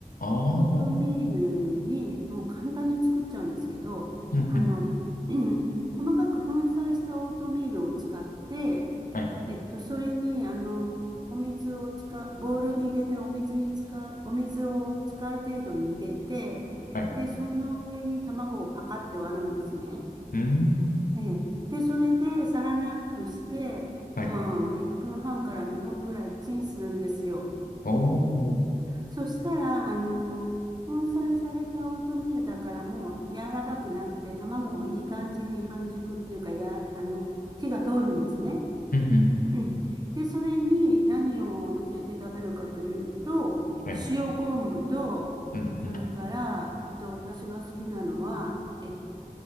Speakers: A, on the left (about 75°); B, on the right (about 30°).
A: ああ
B: オートミールに、もう簡単に作っちゃうんですけど、
A: うんうん
B: あの、<clears throat> 細かく粉砕したオートミールを使って、
A: はい
B: えっと、それに、あの、お水を使う、ボウルに入れて、お水に使う、お水を使う程度に入れて、
A: はい
B: で、その上に卵をパカって割るんですね。
A: うん
B: ええ。で、それでサランラップして、
A: はい
B: まあ、1分半から2分ぐらいチンするんですよ。
A: おお
B: そしたら、あの、粉砕されたオートミールだからもう柔らかくなって、卵もいい感じに半熟っていうか、や、あの、火が通るんですね。
A: うんうんうん
B: <clears throat> うんで、それに何を乗せて食べるかというと、
A: はい
B: 塩昆布と、
A: うんうんあ
B: それから、えっと、私が好きなのは、えっ